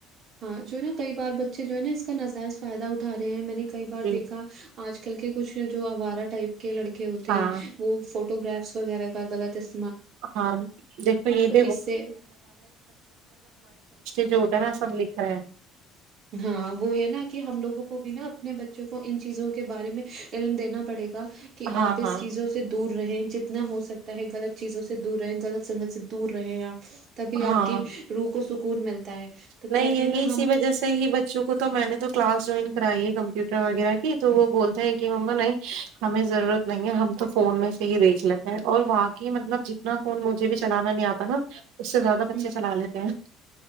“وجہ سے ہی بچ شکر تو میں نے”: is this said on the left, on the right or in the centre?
Right